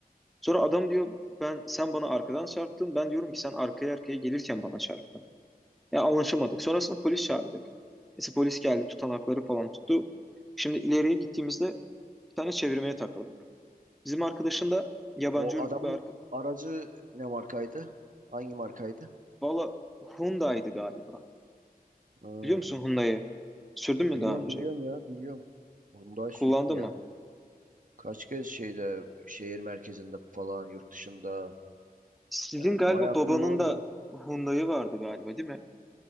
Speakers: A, in the centre; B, on the right.
A: Sonra adam diyor ben sen bana arkadan çarptın. Ben diyorum ki sen arkaya arkaya gelirken bana çarptın. Ya anlaşamadık. Sonrasında polis çağırdık. Neyse polis geldi tutanakları falan tuttu. Şimdi ileriye gittiğimizde bir tane çevirmeye takıldık. Bizim arkadaşın da yabancı
B: O
A: uyruklu
B: adamın
A: bir arkadaş
B: aracı ne markaydı? Hangi markaydı?
A: Valla Hyundai'di galiba.
B: Ha,
A: Biliyor musun Hyundai'yi? Sürdün mü
B: biliyorum
A: daha önce?
B: biliyorum ya biliyorum. Onu Hyundai sürdüm
A: Kullandın
B: ya.
A: mı?
B: Kaç kez şeyde şehir merkezinde falan yurt dışında
A: Sizin
B: yani
A: galiba
B: bayağı
A: babanın
B: kullandım.
A: da Hyundai'yi vardı galiba değil mi?